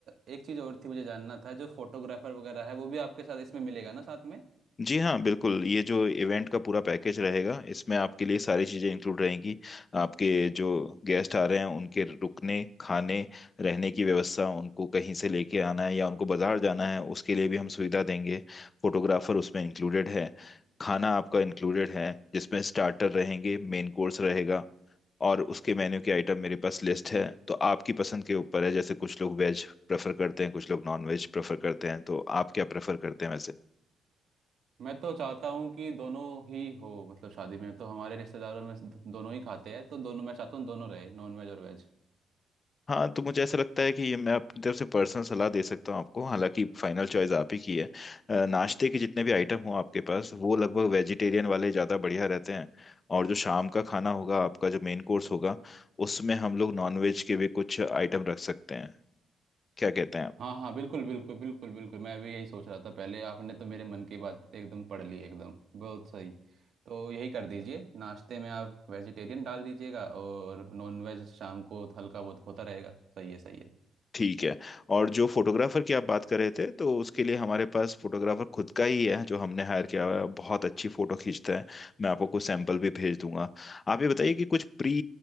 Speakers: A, on the right (about 65°); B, on the left (about 35°).
A: एक चीज़ और थी मुझे जानना था जो फोटोग्राफर वगैरह है वो भी आपके साथ इसमें मिलेगा ना साथ में
B: जी हाँ बिल्कुल ये जो इवेंट का पूरा पैकेज रहेगा इसमें आपके लिए सारी चीज़ें इंक्लूड रहेंगी आपके जो गेस्ट आ रहे हैं उनके रुकने खाने रहने की व्यवस्था उनको कहीं से लेके आना है या उनको बाजार जाना है उसके लिए भी हम सुविधा देंगे फोटोग्राफर उसमें इंक्लूडेड है खाना आपका इंक्लूडेड है जिसमें स्टार्टर रहेंगे मेन कोर्स रहेगा और उसके मेन्यू के आइटम मेरे पास लिस्ट है तो आपकी पसंद के ऊपर है जैसे कुछ लोग वेज प्रेफर करते हैं कुछ लोग नॉन वेज प्रेफर करते हैं तो आप क्या प्रेफर करते हैं
A: मैं तो चाहता हूँ कि दोनों ही हो मतलब शादी में तो हमारे रिश्तेदारों में से दो- दोनों ही खाते हैं तो दोनों मैं चाहता हूँ दोनों रहे नॉन वेज और वेज
B: हाँ तो मुझे ऐसा लगता है कि ये मैं अपनी तरफ से पर्सनल सलाह दे सकता हूँ आपको हालांकि फाइनल चॉइस आप ही की है अ, नाश्ते के जितने भी आइटम हो आपके पास वो लगभग वेजिटेरियन वाले ज़्यादा बढ़िया रहते हैं और जो शाम का खाना होगा आपका जो मेन कोर्स होगा उसमें हम लोग नॉनवेज के भी कुछ आइटम रख सकते हैं क्या कहते हैं आप
A: हाँ हाँ बिल्कुल बिल्कुल बिल्कुल बिल्कुल मैं भी यही सोच रहा था पहले आपने तो मेरे मन की बात एकदम पढ़ ली एकदम बहुत सही तो यही कर दीजिए नाश्ते में आप वेजिटेरियन डाल दीजिएगा और नॉन वेज शाम को हल्का बहुत होता रहेगा सही है सही है
B: ठीक है और जो फोटोग्राफर की आप बात कर रहे थे तो उसके लिए हमारे पास फोटोग्राफर खुद का ही है जो हमने हायर किया हुआ है बहुत अच्छी फोटो खींचता है मैं आपको कुछ सैंपल भी भेज दूंगा आप ये बताइए कि कुछ प्री